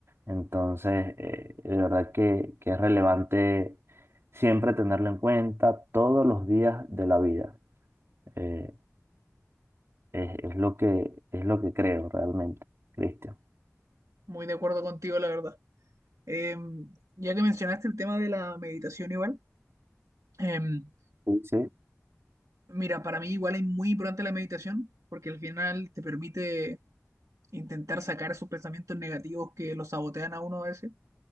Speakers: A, on the right; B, on the right.
A: Entonces, eh, de verdad que, que es relevante siempre tenerlo en cuenta todos los días de la vida. Eh, es, es lo que, es lo que creo realmente, Cristian.
B: Muy de acuerdo contigo, la verdad. Em, ya que mencionaste el tema de la meditación igual, em,
A: Sí.
B: mira, para mí igual es muy importante la meditación porque al final te permite intentar sacar esos pensamientos negativos que los sabotean a uno a veces